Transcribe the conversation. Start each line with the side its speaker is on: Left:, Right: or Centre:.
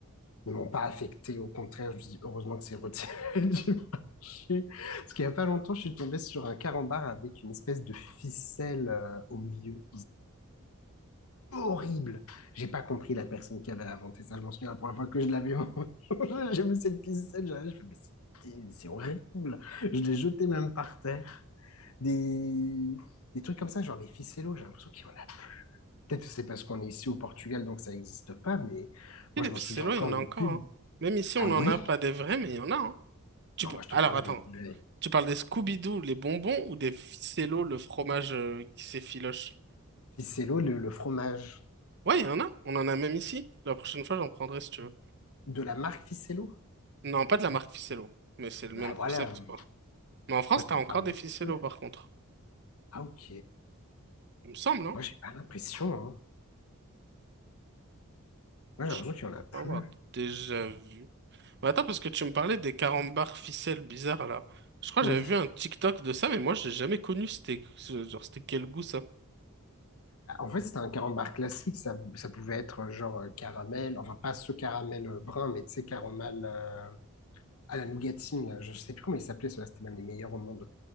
Left: ne m'ont pas affecté. Au contraire, je me dis, heureusement que c'est retiré <laughs> du marché. Parce qu'il n'y a pas longtemps, je suis tombé sur un carambar avec une espèce de ficelle, euh, au milieu. horrible. J'ai pas compris la personne qui avait inventé ça. Je m'en souviens la première fois que je l'avais <laughs> J'ai vu cette ficelle. Je fais, mais c'est- c'est horrible. Je l'ai jeté même par terre. Des, des trucs comme ça, genre les ficellos, j'ai l'impression qu'il y en a. Peut-être que c'est parce qu'on est ici au Portugal, donc ça n'existe pas, mais moi,
Right: Et les
Left: je
Right: Psy-là,
Left: m'en souviens encore
Right: il y en
Left: les
Right: a encore,
Left: pubs.
Right: hein. Même ici,
Left: Ah
Right: on n'en
Left: ouais?
Right: a pas des vrais, mais il y en a, hein. Tu
Left: Non,
Right: peux...
Left: moi, je
Right: Alors
Left: te parle
Right: attends,
Left: des vrais.
Right: Tu parles des Scooby-Doo, les bonbons, ou des Ficello, le fromage euh, qui s'effiloche?
Left: Ficello, le, le fromage
Right: Ouais, il y en a. On en a même ici. La prochaine fois, j'en prendrai si tu veux.
Left: de la marque Ficello.
Right: Non, pas de la marque Ficello, mais c'est le même
Left: Ah
Right: concept,
Left: voilà. Moi,
Right: quoi. Mais en France,
Left: je
Right: t'as
Left: te
Right: encore
Left: parle
Right: des
Left: de
Right: Ficello,
Left: ceux-là.
Right: par contre.
Left: Ah ok.
Right: Il me semble, hein?
Left: Moi, j'ai pas l'impression, hein. Moi,
Right: Je
Left: j'ai l'impression qu'il y en a plus.
Right: crois avoir déjà vu. Mais attends, parce que tu me parlais des carambars ficelles bizarres, là. Je crois
Left: Oui,
Right: que j'avais vu un TikTok de ça, mais moi, j'ai jamais connu. C'était, genre, c'était quel goût, ça?
Left: Bah, En fait, c'était un carambar classique. Ça, ça pouvait être euh, genre euh, caramel, enfin pas ce caramel euh, brun, mais tu sais, caramel euh, à la nougatine. Là. Je sais plus comment il s'appelait, cela c'était même les meilleurs au monde.